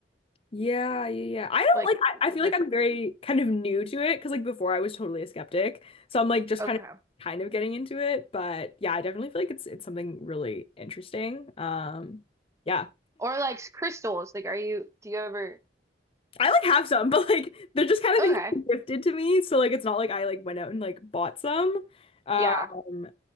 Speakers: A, on the left; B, on the right.
A: Yeah, yeah, yeah. I don't
B: like
A: like I, I
B: rituals.
A: feel like I'm very kind of new to it because like before I was totally a skeptic. So I'm like just
B: Okay.
A: kind of kind of getting into it. But yeah, I definitely feel like it's it's something really interesting. Um yeah.
B: Or like crystals. Like, are you, do you ever,
A: I like have some, <laughs> but like they're just kind of
B: okay.
A: things that are gifted to me. So like it's not like I like went out and like bought some. Um
B: Yeah.